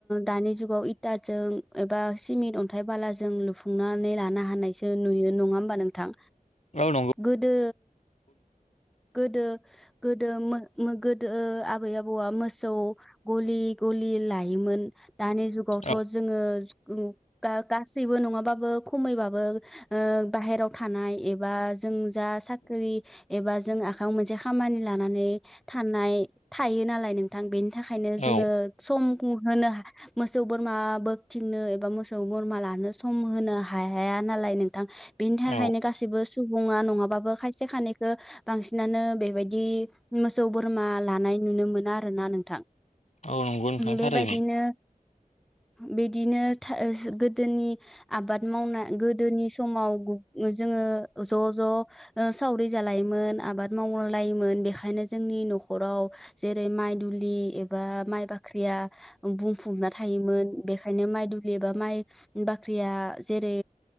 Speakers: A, in the centre; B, on the left.
A: दा जुगाव इटा जों एबा सिमेन्ट अन्थाइ बालाजों लुफुंनानै लानो हानायसो नुयो नङा होमबा नोंथां
B: औ नंगौ
A: गोदो गोदो गोदो मो मोगो गोदो आबै आबौआ मोसौ गलि गलि लायोमोन दानि जु थ'
B: औ
A: जोङो गासैबो नङाबाबो खमैबाबो ओ बाहेराव थानाय एबा जों जा साख्रि एबा जों आखायाव मोनसे खामानि लानानै थानाय थायो। नालाय नोंथां बेनि थाखायनो
B: औ
A: जोङो सम होनो मोसौ बोरमा बोखथिंनो एबा मोसौ बोरमा लानो सम होनो हाया नालाय नोंथां बेनि थाखायनो
B: औ
A: गासैबो सुबुङा नङाबाबो खायसे खानैखौ बांसिनानो बेबायदि मोसौ बोरमा लानाय नुनो मोना आरोना नोंथां
B: औ नंगौ नोंथां
A: बेबायदिनो
B: थारैनो
A: बिदिनो गोदोनि आबाद मावनाय गोदोनि समाव गु जोङो ज' ज' सावरि जालायोमोन आबाद मावलायोमोन बेनिखायनो जोंनि न'खराव जेरै माइ दु ब्लि एबा माइ बाख्रि बुंफुबना था थायोमोन बेखायनो माइ दुलि एबा माइ बाख्रिया जेरै